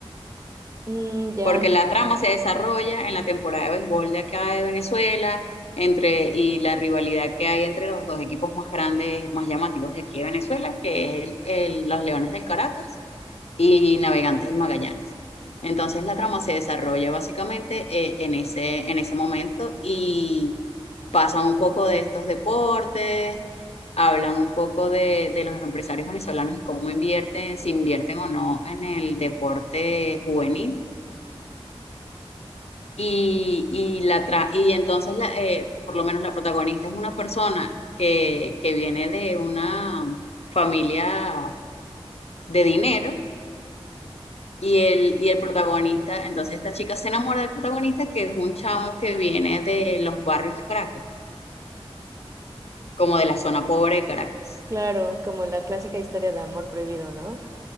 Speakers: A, on the right; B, on the left.
A: Mm, ya,
B: porque la trama se desarrolla en la temporada de béisbol de acá de Venezuela entre, y la rivalidad que hay entre los dos equipos más grandes, más llamativos de aquí de Venezuela, que es el- el- los Leones del Caracas y Navegantes del Magallanes. Entonces la trama se desarrolla básicamente eh, en ese, en ese momento y pasan un poco de estos deportes, hablan un poco de, de los empresarios venezolanos y cómo invierten, si invierten o no en el deporte juvenil y, y, la tra- y entonces, la, eh, por lo menos la protagonista es una persona que, que viene de una familia de dinero y el, y el protagonista, entonces esta chica se enamora del protagonista que es un chamo que viene de los barrios de Caracas, como de la zona pobre de Caracas.
A: claro, como la clásica historia de amor prohibido, ¿no?